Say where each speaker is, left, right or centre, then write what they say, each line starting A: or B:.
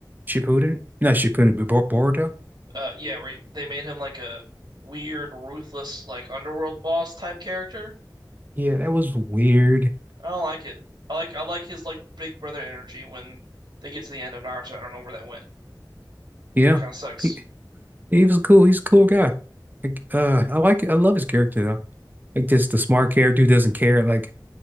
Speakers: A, on the right; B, on the right.
A: Shippuden. Not Shippuden, but Bor- Boruto.
B: Uh yeah, where he- they made him like a weird, ruthless, like underworld boss type character.
A: Yeah, that was weird.
B: I don't like it. I like I like his like big brother energy when they get to the end of Naruto. I don't know where that went.
A: Yeah.
B: Kind of sucks.
A: He, he was cool. He's a cool guy. Like, uh I like I love his character though. Like just the smart character who doesn't care. Like